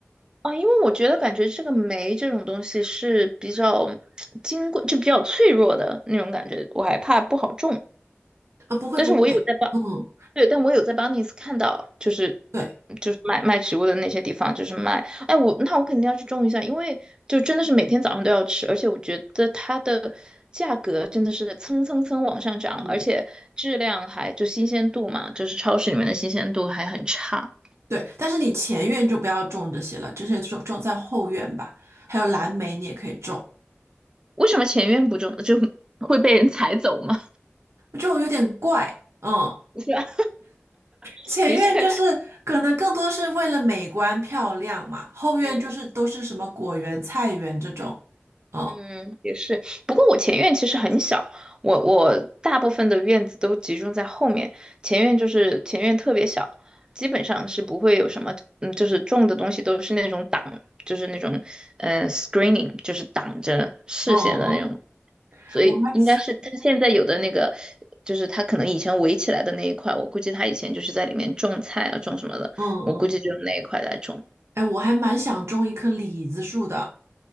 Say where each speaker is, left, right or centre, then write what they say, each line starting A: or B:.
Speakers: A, on the right; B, on the right.
A: 哦，因为我觉得感觉这个酶这种东西是比较 <tsk> 金贵，就比较脆弱的那种感觉，我还怕不好种。
B: 啊，不会不会。
A: 但是我有在帮，
B: 嗯，
A: 对，但我有在 b 尼斯看到，就是
B: 对，
A: 就是卖卖植物的那些地方，就是卖。哎，我那我肯定要去种一下，因为就真的是每天早上都要吃，而且我觉得它的价格真的是蹭蹭蹭往上涨，
B: 嗯，
A: 而且质量还就新鲜度嘛，就是超市里面的新鲜度还很差。
B: 对，但是你前院就不要种这些了，这些种种在后院吧。还有蓝莓，你也可以种，
A: 为什么前院不种就会被人 <laughs> 踩走吗？
B: 就有点怪，嗯。
A: <laughs> 是吧？<laughs>
B: 前院就是可能更多是为了美观漂亮嘛，
A: 的确，
B: 后院就是都是什么果园、
A: 嗯，
B: 菜园这种，嗯
A: 嗯，也是。不过我前院其实很小，我我大部分的院子都集中在后面，前院就是前院特别小，基本上是不会有什么，嗯，就是种的东西都是那种挡，就是那种呃 screening，就是挡着视线的那种，
B: 嗯嗯，
A: 所以应该是他现在有的那个，
B: 我还
A: 就是他可能以前围起来的那一块，我估计他以前就是在里面种菜啊，种什么的，
B: 嗯嗯，
A: 我估计就是那一块来种。
B: 哎，我还蛮想种一棵李子树的，